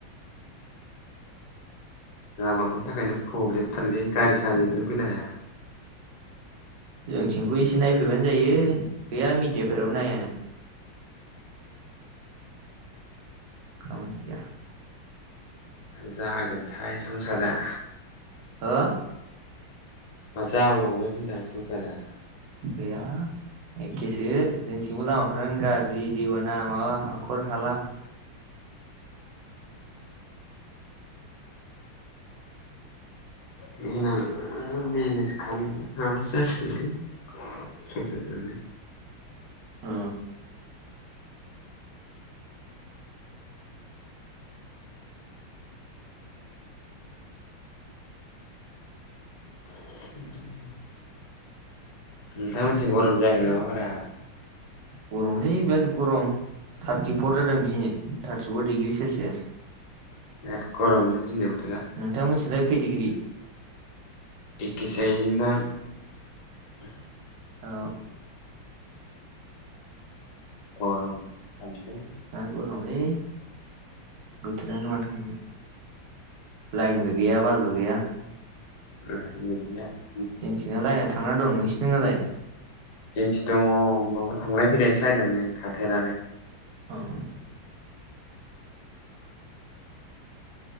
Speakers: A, on the left (about 65°); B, on the right (about 70°).
A: लामाफोरनि थाखायनो प्रब्लेमथारलै गारि सारिखौनो
B: औ
A: फैनो हाया
B: जोंथिंखौ एसे नायफैबानो जायो गैया मिडियाफोराब नायानो
A: <unintelligible>
B: खामानि गैया
A: जागोनथाय संसारा
B: हो
A: मा जाबावगोन होनदां संसारा
B: बेया एखेसो जोंथिंबो लामाफ्रानो गाज्रि दैबाना माबा हाखर हाला
A: बिनो बिजनेस खालाम हबा सो जासिगोन लै ससे
B: अ
A: <unintelligible> नोंथांमोनथिं गरम जायाखै नामा बारा
B: गरम लै बेराथ गरम थारटिफर जादों दिनै थारटिफर डिग्रि सेलसियास
A: बिराद गरमलै दिनै बो
B: नोंथां मोनथिंलाय खै डिग्रि।
A: एखेसो जायोहोयो नोंथां।
B: औ।
A: गरम <inaudible>
B: मा गरमलै बोथोरानो माथो खालामनो। लाइनबो गैया बालबो गैया।
A: <unintelligible>
B: जोंथिंना लायेना थांना दं नोंसिनालाय।
A: जोंनिथि दङ होमबाबो थांलाय - फैलायसो लायनानो थाथेरानो।
B: अ'।